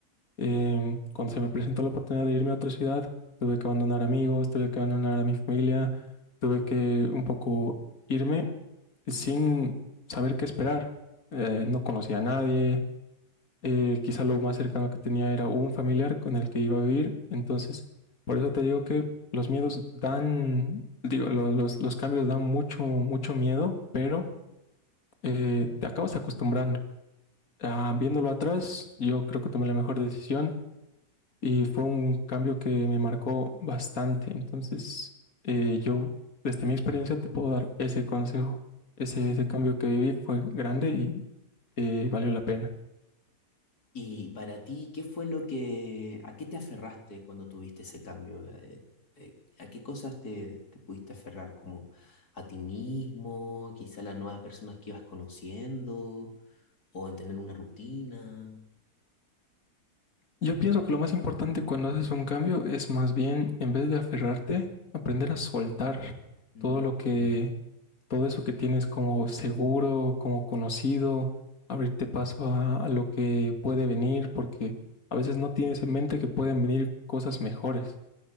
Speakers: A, on the left; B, on the left.
A: em, cuando se me presentó la oportunidad de irme a otra ciudad, tuve que abandonar amigos, tuve que abandonar a mi familia, tuve que un poco irme sin saber qué esperar. Eh, no conocía a nadie eh, quizá lo más cercano que tenía era un familiar con el que iba a vivir. Entonces, por eso te digo que los miedos dan, digo, lo- los, los cambios dan mucho, mucho miedo, pero eh, te acabas acostumbrando. Ah, viéndolo atrás, yo creo que tomé la mejor decisión y fue un cambio que me marcó bastante. Entonces, eh, yo, desde mi experiencia, te puedo dar ese consejo. Ese, ese cambio que viví fue grande y eh, valió la pena.
B: Y para ti, ¿qué fue lo que, a qué te aferraste cuando tuviste ese cambio? Eh, eh, ¿a qué cosas te, te pudiste aferrar? ¿Como a ti mismo, quizá a las nuevas personas que ibas conociendo, o en tener una rutina?
A: Yo pienso que lo más importante cuando haces un cambio es más bien, en vez de aferrarte, aprender a soltar
B: Mm,
A: todo lo que,
B: mm,
A: todo eso que tienes como seguro, como conocido, abrirte paso a, a lo que puede venir, porque a veces no tienes en mente que pueden venir cosas mejores.